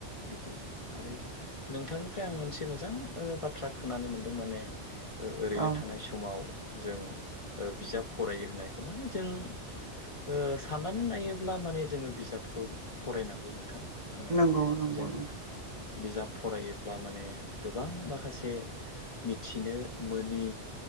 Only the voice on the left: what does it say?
बिदिनो आरो नोंथांनिफ्राय आं मोनसे मोजां ओ बाथ्रा खोनानो मोनदों माने ओरैनो
थानाय समाव जों बिजाब फरायो होननायखौ माने जों ओ साननानै नायोब्ला माने जोङो बिजाबखौ फरायनांगौ नों थां माने
जों
बिजाब फरायोब्ला माने गोबां माखासे मिथिनो मोनि